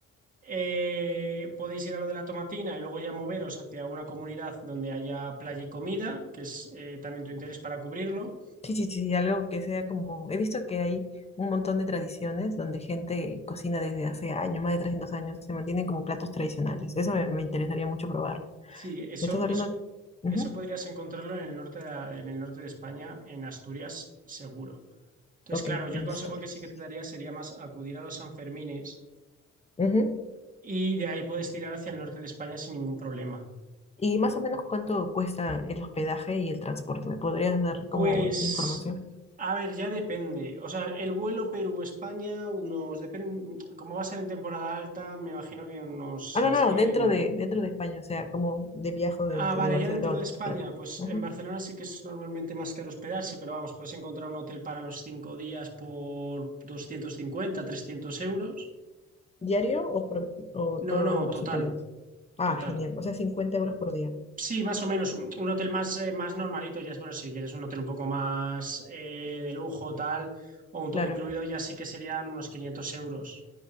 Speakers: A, on the right; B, on the left.
A: Eh, podéis ir a lo de la tomatina y luego ya moveros hacia una comunidad donde haya playa y comida, que es eh, también tu interés para cubrirlo.
B: Sí, sí, sí, algo que sea como... He visto que hay un montón de tradiciones donde gente cocina desde hace años, más de 300 años, se mantienen como platos tradicionales. Eso me, me interesaría mucho probar.
A: Sí, eso,
B: ¿Me estás hablando?
A: eso,
B: Ujú.
A: eso podrías encontrarlo en el norte de, la- en el norte de España, en Asturias, seguro. Entonces,
B: Ok,
A: claro, yo
B: entonces
A: el consejo
B: tú eres.
A: que sí que te daría sería más acudir a los Sanfermines
B: Ujú.
A: y de ahí puedes tirar hacia el norte de España sin ningún problema.
B: ¿Y más o menos cuánto cuesta el hospedaje y el transporte? ¿Me podrías dar como
A: Pues,
B: un- información?
A: a ver, ya depende. O sea, el vuelo Perú-España, unos, depende, como va a ser en temporada alta, me imagino que unos
B: Ah,
A: 600.
B: no, no, no, dentro de, dentro de España, o sea, como de viaje de,
A: Ah,
B: de
A: vale,
B: Barcelona,
A: ya dentro de España,
B: claro.
A: pues
B: Ujú.
A: en Barcelona sí que es normalmente más caro hospedarse, pero vamos, puedes encontrar un hotel para los cinco días por 250, 300 euros.
B: ¿Diario o, por- o
A: No,
B: todos
A: no,
B: los
A: total,
B: cinco días? Ah,
A: total.
B: genial, o sea, 50 euros por día,
A: Sí, más o menos. Un un hotel más, eh, más normalito, ya es bueno, si quieres un hotel un poco más eh, de lujo, tal, o un todo
B: claro.
A: incluido, ya sí que serían unos 500 euros